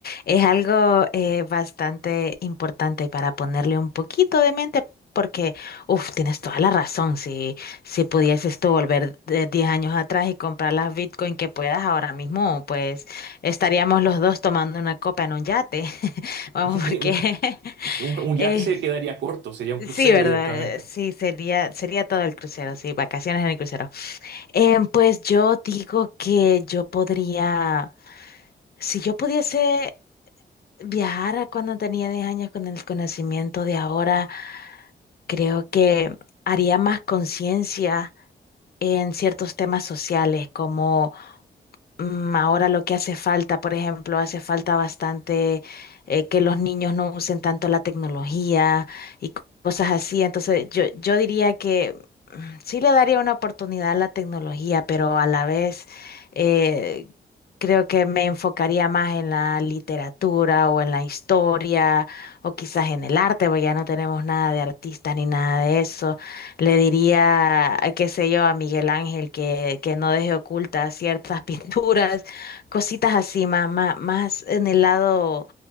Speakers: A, on the left; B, on the right.
A: es algo eh, bastante importante para ponerle un poquito de mente, porque, uff, tienes toda la razón. Si, si pudieses tú volver de 10 años atrás y comprar las Bitcoin que puedas ahora mismo, pues estaríamos los dos tomando una copa en un yate. <laughs> Vamos,
B: <laughs>
A: porque
B: Un,
A: <laughs>
B: un- un
A: eh,
B: yate se quedaría corto, sería un crucero
A: sí, ¿verdad?
B: directamente.
A: Eh, Sí, sería, sería todo el crucero, sí, vacaciones en el crucero. Em, pues yo digo que yo podría, si yo pudiese. Viajar a cuando tenía 10 años con el conocimiento de ahora, creo que haría más conciencia en ciertos temas sociales, como Mm, Ahora lo que hace falta, por ejemplo, hace falta bastante eh, que los niños no usen tanto la tecnología y co- cosas así. Entonces, yo, yo diría que mm, sí le daría una oportunidad a la tecnología, pero a la vez eh, creo que me enfocaría más en la literatura o en la historia o quizás en el arte, porque ya no tenemos nada de artistas ni nada de eso. Le diría, qué sé yo, a Miguel Ángel que, que no deje ocultas ciertas <laughs> pinturas, cositas así, más, más, más en el lado